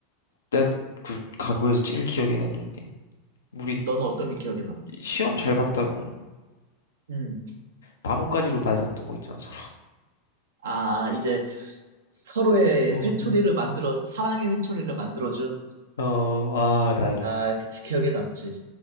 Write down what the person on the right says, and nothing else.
음, 너는 어떤 게 기억에 남아?
음.
아, 이제 서로의
회초리를 만들어, 사랑의 회초리를 만들어준,
아, 그치, 기억에 남지.